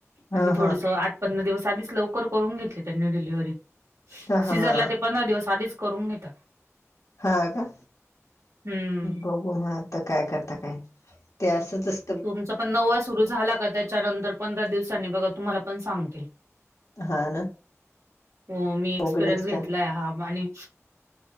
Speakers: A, on the left (about 80°); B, on the right (about 70°).
A: हा
B: आणि थोडसं
A: हा
B: आठ पंधरा दिवस आधीच लवकर करून घेतली त्यांनी डिलिव्हरी.
A: हा
B: सिझरला
A: हा
B: ते पंधरा दिवस आधीच करून घेतात.
A: हा का?
B: हम्म.
A: बघू म आता काय करता काय, ते असंच अस
B: तुमचा पण नववा सुरू झाला का, त्याच्यानंतर पंधरा दिवसांनी बघा तुम्हाला पण सांगतील.
A: हा ना.
B: हो मी एक्सपिरियन्स
A: अवघडच
B: घेतलांय
A: का
B: हां आणि